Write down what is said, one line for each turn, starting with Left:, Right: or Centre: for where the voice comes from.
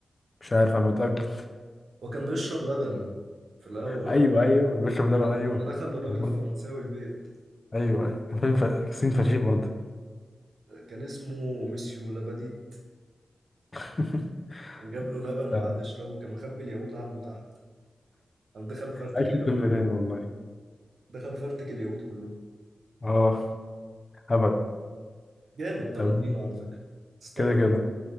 Left: مش عارف أنا متأكد
Right: هو كان بيشرب لبن في الاول
Left: أيوه أيوه بيشرب
Right: لما
Left: لبن أيوه
Right: لما دخل الراجل
Left: برضه
Right: الفرنساوي البيت
Left: أيوه أيوه <laughs> فاهم ف- الصين فشيخ برضه
Right: كان اسمه ميسيو لاباديت
Left: <laughs>
Right: كان جاب له لبن وقعد
Left: آه،
Right: يشربه كان مخبي اليهود عنده تحت قام دخل فرتك
Left: عايش
Right: اليهود
Left: في فيلم
Right: كلهم
Left: تاني والله
Right: دخل فرتك اليهود كله
Left: اه هبل
Right: جامد تارانتينو
Left: طب
Right: على فكرة ستايله
Left: كده كده